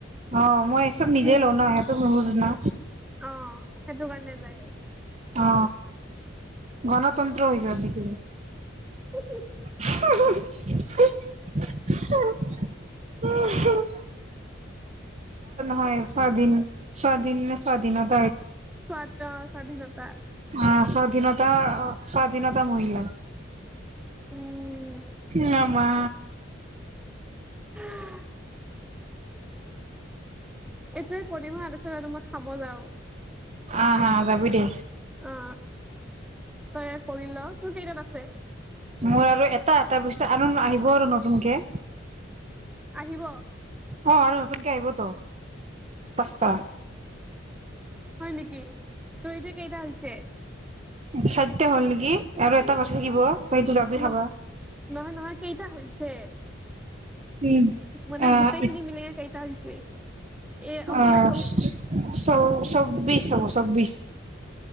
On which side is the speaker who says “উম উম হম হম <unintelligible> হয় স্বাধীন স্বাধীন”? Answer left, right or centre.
Right